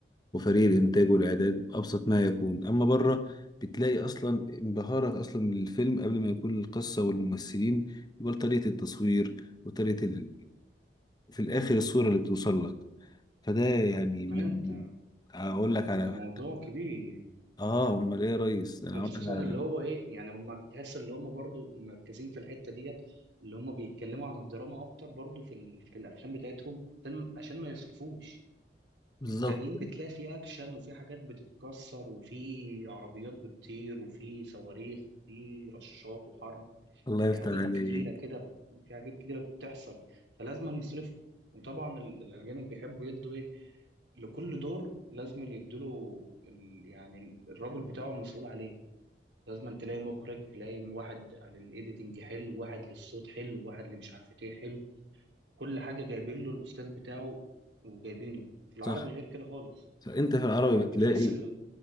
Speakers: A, on the left; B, on the right.
A: وفريق الإنتاج والإعداد أبسط ما يكون أما بره بتلاقي أصلا انبهارك أصلا من الفيلم قبل ما يكون القصة والممثلين يبقى طريقة التصوير وطريقة ال... في الآخر الصورة اللي بتوصل لك فده يعني من
B: أيوة أنت
A: أقول لك على
B: ده موضوع كبير
A: آه أمال إيه يا ريس أنا
B: وخصوصا
A: أقول لك على
B: اللي هو إيه يعني هم تحس اللي هم برضو مركزين في الحتة ديت اللي هم بيتكلموا عن الدراما أكتر برضو في, ال... في الأفلام بتاعتهم عشان عشان ما يصرفوش
A: بالظبط
B: التانيين بتلاقي في أكشن وفي حاجات بتتكسر وفي عربيات بتطير وفي صواريخ وفي رشاط وحرب
A: الله يفتح
B: في حاجات
A: عليك
B: كتيرة كده في حاجات كتيرة بتحصل فلازم يصرف وطبعا ال- الأجانب بيحبوا يدوا إيه لكل دور لازم يدوا ال... يعني الراجل بتاعه المسؤول عليه لازم تلاقي مخرج تلاقي واحد على الايديتنج حلو واحد للصوت حلو واحد اللي مش عارف ايه حلو كل حاجة جايبين له الأستاذ بتاعه وجايبينه في العربي
A: صح
B: غير كده خالص
A: صح. انت في العربي
B: في العربي
A: بتلاقي
B: تحس اللي